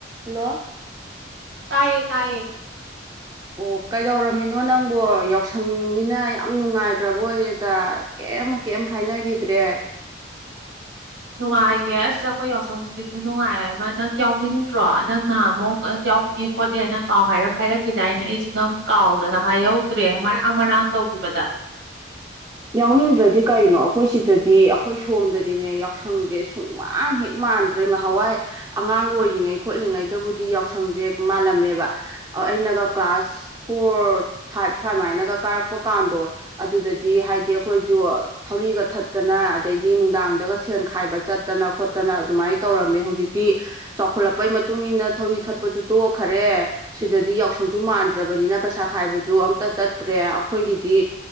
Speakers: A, on the right; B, on the right.
A: hello
B: ꯇꯥꯌꯦ ꯇꯥꯌꯦ
A: ꯑꯣ ꯀꯩꯗꯧꯔꯝꯃꯤꯅꯣ ꯅꯪꯕꯣ ꯌꯥꯎꯁꯪꯅꯤꯅ ꯌꯥꯝ ꯅꯨꯡꯉꯥꯏꯈ꯭ꯔꯕ ꯑꯣꯏꯔꯦꯗ ꯀꯩꯝ ꯀꯩꯝ ꯍꯥꯏꯅꯈꯤꯗ꯭ꯔꯦ
B: ꯅꯨꯡꯉꯥꯏꯌꯦ ꯑꯁ ꯑꯩꯈꯣꯏ ꯌꯥꯎꯁꯪꯁꯤꯗꯤ ꯈꯨꯅꯨꯡꯉꯥꯏ ꯑꯃ ꯅꯪ ꯌꯥꯎꯅꯤꯡꯗꯣꯔ ꯅꯪꯅꯍꯟ ꯃꯨꯛ ꯑꯩꯉꯣꯟꯗ ꯌꯥꯎ ꯈꯣꯠꯀꯦꯅ ꯄꯥꯎ ꯍꯥꯏꯔꯛ ꯍꯥꯏꯔꯛꯈꯤꯗꯥꯏꯅ ꯑꯩꯁꯨ ꯅꯪ ꯀꯥꯎꯗꯅ ꯍꯥꯏꯍꯧꯗ꯭ꯔꯦ ꯃꯔꯥꯡ ꯃꯔꯥꯡ ꯇꯧꯒꯤꯕꯗ
A: ꯌꯥꯎꯅꯤꯡꯗ꯭ꯔꯗꯤ ꯀꯅꯣ ꯑꯩꯈꯣꯏ ꯁꯤꯗꯗꯤ ꯑꯩꯈꯣꯏ ꯁꯣꯝꯗꯗꯤꯅꯦ ꯌꯥꯎꯁꯪꯖꯦ ꯁꯨꯡꯃꯥꯟ ꯍꯦꯛ ꯃꯥꯟꯗ꯭ꯔꯦ ꯉꯍꯥꯟꯋꯥꯏ ꯑꯉꯥꯡ ꯑꯣꯏꯔꯤꯉꯩ ꯈꯣꯠꯂꯤꯉꯩꯗꯕꯨꯗꯤ ꯌꯥꯎꯁꯪꯁꯦ ꯃꯥꯜꯂꯝꯃꯦꯕ ꯑꯩꯅꯒ ꯀ꯭ꯂꯥꯁ ꯐꯣꯔ ꯐꯥꯏꯚ ꯁꯨꯃꯥꯏꯅꯒ ꯀꯥꯔꯛꯄ ꯀꯥꯟꯗꯣ ꯑꯗꯨꯗꯗꯤ ꯍꯥꯏꯗꯤ ꯗꯤ ꯑꯩꯈꯣꯏꯁꯨ ꯊꯧꯔꯤꯒ ꯊꯠꯇꯅ ꯑꯗꯩꯗꯤ ꯅꯨꯡꯗꯥꯡꯗꯒ ꯁꯦꯟ ꯈꯥꯏꯕ ꯆꯠꯇꯅ ꯈꯣꯠꯇꯅ ꯑꯗꯨꯃꯥꯏꯅ ꯇꯧꯔꯝꯃꯦ ꯍꯧꯖꯤꯛꯇꯤ ꯆꯥꯎꯈꯠꯂꯛꯄꯩ ꯃꯇꯨꯡꯏꯟꯅ ꯊꯧꯔꯤ ꯊꯠꯄꯁꯨ ꯇꯣꯛꯈꯔꯦ ꯁꯤꯗꯗꯤ ꯌꯥꯎꯁꯪꯁꯨ ꯃꯥꯟꯗ꯭ꯔꯕꯅꯤꯅ ꯄꯩꯁꯥ ꯈꯥꯏꯕꯁꯨ ꯑꯝꯇ ꯆꯠꯇ꯭ꯔꯦ ꯑꯩꯈꯣꯏꯒꯤꯗꯤ